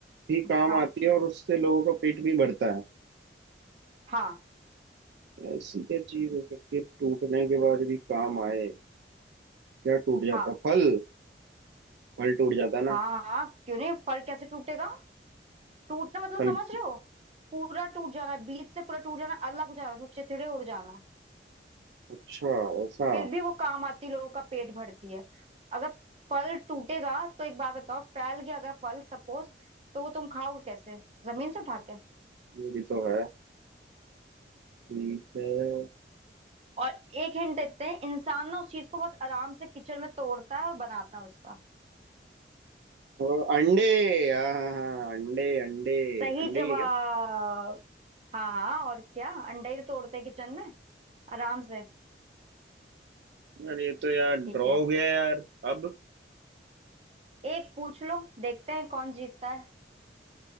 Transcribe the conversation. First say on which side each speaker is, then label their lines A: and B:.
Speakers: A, on the right; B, on the right.
A: भी काम
B: हाँ
A: आती है और उससे लोगों का पेट भी भरता है
B: हाँ
A: ऐसी क्या चीज हो सकती है टूटने के बाद भी काम आए क्या टूट जाता
B: हाँ
A: है? फल फल टूट जाता है ना
B: हाँ हाँ क्यों नहीं फल कैसे टूटेगा टूटना मतलब
A: फल
B: समझ रहे हो पूरा टूट जाना बीच से पूरा टूट जाना अलग हो जाना तो चिथड़े उड़ जाना
A: अच्छा ऐसा
B: फिर भी वो काम आती लोगों का पेट भरती है अगर फल टूटेगा तो एक बात बताओ फैल गया अगर फल सपोज तो वो तुम खाओगे कैसे जमीन से उठा के
A: ये भी तो है ठीक है
B: और एक हिंट देते हैं इंसान ना उस चीज को बहुत आराम से किचन में तोड़ता है और बनाता है उसका
A: और अंडे हाँ हाँ हाँ अंडे अंडे
B: सही
A: अंडे
B: जवाब
A: ही है क्या
B: हाँ हाँ और क्या अंडा ही तो तोड़ते हैं किचन में आराम से
A: यार ये तो यार ड्रॉ
B: ठीक है
A: हो गया यार अब
B: एक पूछ लो देखते हैं कौन जीतता है